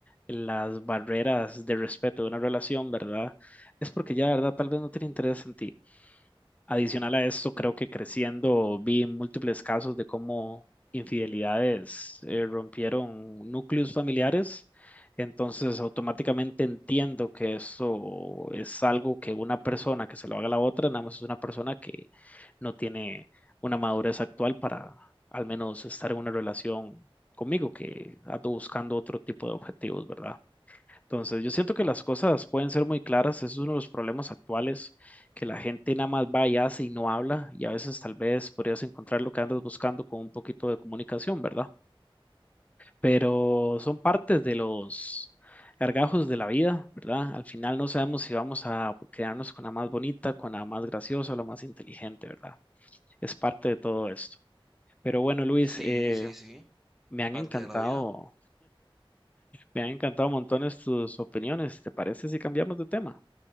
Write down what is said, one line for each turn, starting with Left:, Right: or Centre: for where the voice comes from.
Left: las barreras de respeto de una relación, ¿verdad? Es porque ya, ¿verdad? Tal vez no tiene interés en ti. Adicional a esto, creo que creciendo vi múltiples casos de cómo infidelidades eh, rompieron núcleos familiares. Entonces, automáticamente entiendo que eso es algo que una persona que se lo haga a la otra, nada más es una persona que no tiene una madurez actual para al menos estar en una relación conmigo, que ando buscando otro tipo de objetivos, ¿verdad? Entonces, yo siento que las cosas pueden ser muy claras, eso es uno de los problemas actuales, que la gente nada más va y hace y no habla, y a veces tal vez podrías encontrar lo que andas buscando con un poquito de comunicación, ¿verdad? Pero son partes de los gargajos de la vida, ¿verdad? Al final no sabemos si vamos a quedarnos con la más bonita, con la más graciosa o la más inteligente, ¿verdad? Es parte de todo esto. Pero bueno, Luis,
Centre: Sí,
Left: eh,
Centre: sí, sí,
Left: me han
Centre: parte
Left: encantado,
Centre: de la vida.
Left: me han encantado montones tus opiniones. ¿Te parece si cambiamos de tema?